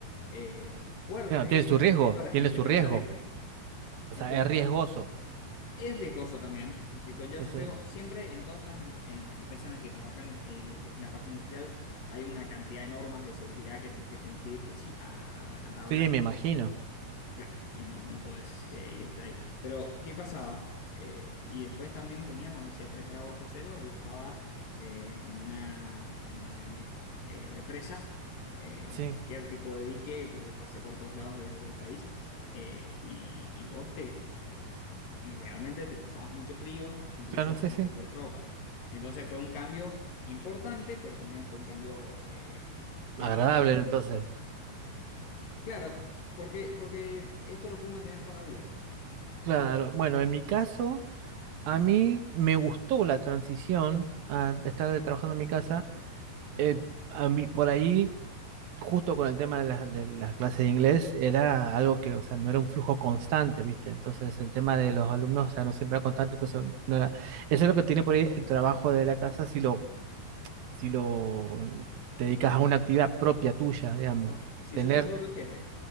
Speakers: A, on the left; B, on the right.
A: eh, fuerte
B: Claro, tiene su
A: con
B: riesgo,
A: respecto a las
B: tiene
A: inclemencias
B: su riesgo.
A: del clima.
B: O
A: Entonces,
B: sea, es riesgoso.
A: es riesgoso también, te conlleva
B: Sí,
A: su
B: sí.
A: riesgo. Siempre en todas estas, em- en, las empresas en las que trabajan eh, lo que es la parte industrial, hay una cantidad de normas de seguridad que tenés que cumplir que sí, a, a rajatabla.
B: Sí, me imagino.
A: Claro, y no, no podés eh, irte ahí. Pero, ¿qué pasaba? Eh, y después también tenía cuando hacía 3 grados bajo cero y estaba eh, en una, en una eh, represa, eh, en
B: Sí.
A: cualquier tipo de dique, porque pasé por todos lados de- del país, eh, y, y vos te, te- te- realmente te pasabas mucho frío, incluso
B: Claro, sí,
A: más
B: sí.
A: que tuvieras ropa. Entonces fue un cambio importante, pero también fue un cambio eh, que,
B: Agradable, entonces.
A: Claro, porque, porque esto lo puedo mantener toda la vida.
B: Claro, bueno, en mi caso, a mí me gustó la transición a estar de- trabajando en mi casa. Eh, a mí, por ahí, justo con el tema de las de las clases de inglés, era algo que, o sea, no era un flujo constante, ¿viste? Entonces, el tema de los alumnos, o sea, no siempre era constante, entonces no era. Eso es lo que tiene por ahí el trabajo de la casa si lo, si lo te dedicas a una actividad propia tuya, digamos.
A: Si sos, si
B: Tener
A: sos tu propio jefe.